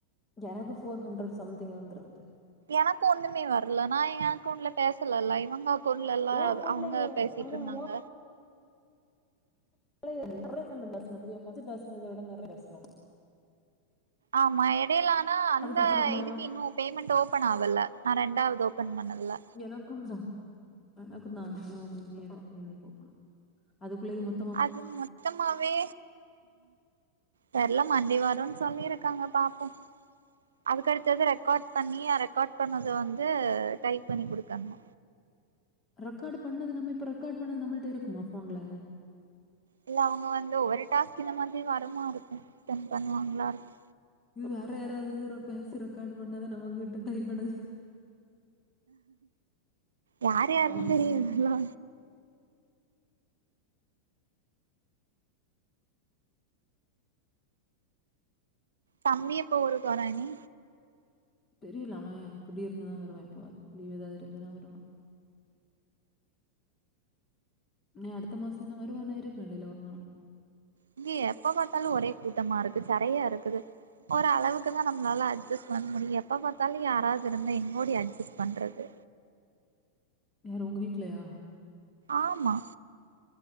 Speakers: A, on the left; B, on the right.
A: எனக்கு ஃபோர் ஹண்ட்ரட் சம்திங் வந்துருந்து
B: எனக்கு ஒண்ணுமே வரல நா ஏ அக்கௌண்டுல பேசலல்ல இவங்கோ பொருள்லல்லா
A: உன் அக்கௌண்ட்ல
B: அவங்க பேசிட்டு
A: அதான்
B: இருந்தாங்க
A: <unintelligible> ஃபரஸ்ட் பேசினத விட நெறைய பேசனோ
B: ஆமா எடையில ஆனா அந்த
A: அதுக்கப்புறமா
B: இதுக்கு இன்னு பேமெண்ட் ஓப்பன் ஆவல நா ரெண்டாவது ஓப்பன் பண்ணதுல்ல
A: எனக்குந்தா எனக்குந்தா அது வந்து எனக்கு என்னைக்கு ஓபன் ஆகு அதுக்குள்ளயு மொத்
B: அது மொத்தமாவே தெர்ல மண்டே வருன்னு சொல்லிருக்காங்க பாப்போ அதுக்கடுத்தது ரெக்கார்ட் பண்ணி ரெக்கார்ட் பண்ணத வந்து டைப் பண்ணி குடுக்கணு
A: ரெக்கார்டு பண்ணது நம்ம இப்ப ரெக்கார்ட் பண்ணது நம்மல்ட்ட இருக்குமா போன்ல
B: இல்ல அவங்க வந்து ஒவ்வொரு டாஸ்க் இந்த மாதிரி வருரமா இருக்கும் ஸ்பெண்ட் பண்ணுவாங்களா இருக்கு
A: இது வேற யாராவது பேசி ரெக்கார்டு பண்ணத நமகிட்ட டைப் பண்ணதா
B: யாரு
A: அப்படி
B: யாருந்
A: பண்ணாலும்
B: தெரிது <unintelligible> தம்பி எப்ப ஊருக்கு வரா அண்ணி
A: தெரியல அவ இப்புடீர்னுதா வருவா இப்போ லீவ் ஏதாவது இருந்துன்னா வருவா நீ அடுத்த மாசோ என்ன வருவானே இருக்கமாட்டேல்ல ஒரு நாள்
B: இங்க எப்ப பாத்தாலு ஒரே கூட்டமா இருக்கு செறையா இருக்குது ஒரளவுக்கு தா நம்ளால அட்ஜஸ்ட் பண்ண முடியு எப்ப பாத்தாலு யாராவது இருந்தா எங் ஓடி அட்ஜஸ்ட் பண்றது
A: யாரு உங்க வீட்லயா
B: ஆமா